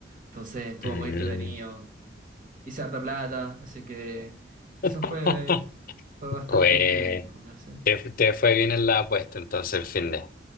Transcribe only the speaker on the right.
Entonces, estuvo
muy entretenido, hice harta plata, así que eso fue,
fue bastante
entretenido, fue, no sé.